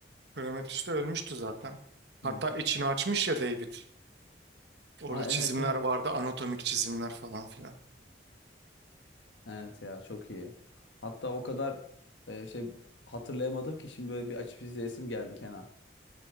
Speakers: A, on the right; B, on the left.
A: Prometheus da ölmüştü zaten.
B: Hı
A: Hatta
B: hı.
A: içini açmış ya David. Orada
B: Aa
A: çizimler
B: evet evet.
A: vardı anatomik çizimler falan filan.
B: Evet ya çok iyi. Hatta o kadar e, şey hatırlayamadım ki şimdi böyle bir açıp izleyesim geldi Kenan.